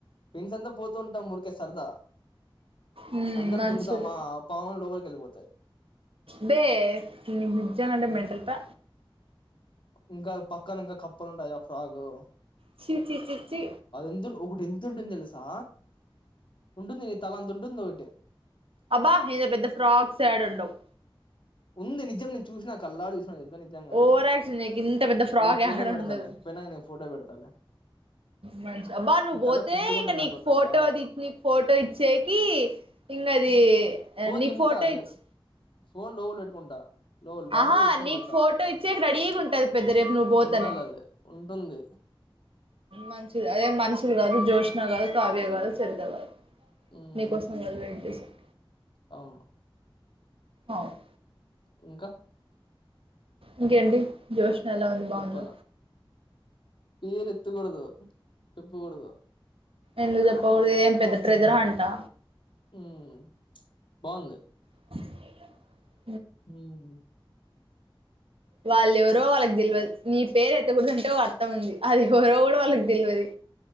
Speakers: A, on the left; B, on the right.
A: ఫ్రెండ్స్ అంతా పోతూ ఉంటాం మురికే సరదా
B: మ్,
A: అందరు
B: మంచిది
A: దుంగుతామా పాములు లోపలికి యెళ్ళిపోతాయి
B: బే నీకు నిజ్జం గాంటే
A: హ్మ్
B: మెంటల్ పో
A: ఇంకా పక్కన ఇంకా కప్పలు ఉంటాయ్ గా ఫ్రాగు
B: చీ చీ చీ చీ
A: ఎం ఒకటి ఎంత ఉంటుంది దెలుసా ఉంటుంది నీ తల అంత ఉంటుంది ఒకటి
B: అబ్బా ఇంత పెద్ద ఫ్రాగ్స్ యేడ ఉండవ్
A: ఉంది నిజం నేను చూసిన కళ్ళారా నిజంగాంటే
B: ఓవర్ యాక్షన్ చేయకు ఇంత పెద్ద ఫ్రాక్
A: నీ ఫోటో
B: యాడ
A: పెడతాలే
B: ఉండదు
A: పోనంగా నీ ఫోటో పెడతాలే
B: మంచి అబ్బా నువ్వు
A: నీ
B: బోతే
A: తల పెద్దగుంటుంది
B: ఇంక నీకు
A: అనుకుంటున్నావా
B: ఫోటోది నీకు ఫోటో ఇచ్చేకి ఇంగ అది
A: ఫోన్
B: నీకు
A: దింపుతా
B: ఫోటో
A: నీ
B: ఇచ్చ్
A: ఫోన్ లోపల పెట్టుకుంటా లోపల వాటర్
B: ఆహా
A: లో తీసుకొని
B: నీకు
A: పోతా
B: ఫోటో ఇచ్చే రెడీగా ఉంటది పెద్ద రేపు నువ్వు బోతనే
A: ఉండాలి అది ఉంటుంది
B: మంచిది అదే మనుషులు గాదు జ్యోత్స్న గాదు కావ్య గాదు చెరిత గాదు
A: మ్మ్
B: నీకోసం వాళ్ళు వేట్ జేస్తరు
A: అవును
B: అవును
A: ఇంకా
B: ఇంకేంటి జ్యోత్స్న ఎలా ఉంది బాగుందా
A: చెప్పాలా పేరు ఎత్తగూడదు చెప్పగూడదు
B: ఎందు జెప్పకూడదు ఇదేం పెద్ద ట్రేజర్ హంటా
A: ఉమ్ బాగుంది
B: <inaudible>
A: ఉమ్
B: వాళ్ళెవరో వాళ్ళకి దెలువదు నీ పేరు ఎత్తకూడదంటే ఒక అర్థం ఉంది అది ఎవరో కూడా వాళ్ళకు దెలువది